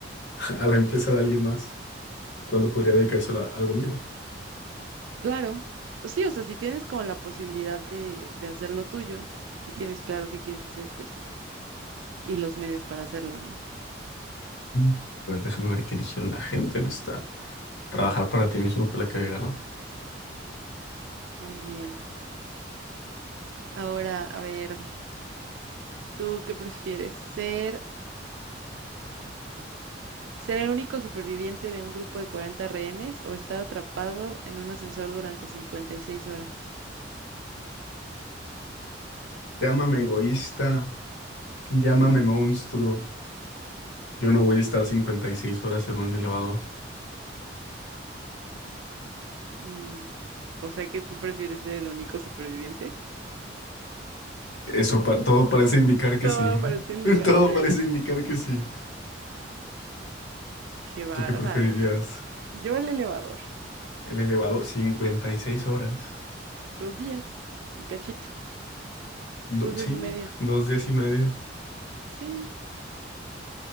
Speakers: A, on the left; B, on the right.
A: <laughs> a la empresa de alguien más, cuando podría dedicárselo a algo mío.
B: Claro. Sí, o sea, si tienes como la posibilidad de, de hacer lo tuyo y tienes claro qué quieres hacer, pues sí. Y los medios para hacerlo, ¿no?
A: Mm. Bueno, déjame ver qué eligieron la gente en esta. Trabajar para ti mismo fue la que había ganado.
B: Muy bien. Ahora, a ver. ¿Tú qué prefieres? ¿Ser, ser el único superviviente de un grupo de 40 rehenes o estar atrapado en un ascensor durante 56 horas?
A: Llámame egoísta, llámame monstruo. Yo no voy a estar 56 horas en un elevador.
B: Mm, O sea que tú prefieres ser el único superviviente.
A: Eso pa- todo parece indicar que
B: Todo
A: sí.
B: parece indicar.
A: <laughs> Todo
B: <gasps> <laughs>
A: parece indicar que sí.
B: Qué bárbaro.
A: ¿Tú qué preferirías?
B: Yo el elevador.
A: El elevador, 56 horas.
B: Dos días y cachito.
A: Do-
B: Dos días
A: sí,
B: y medio.
A: dos días y medio.
B: Sí,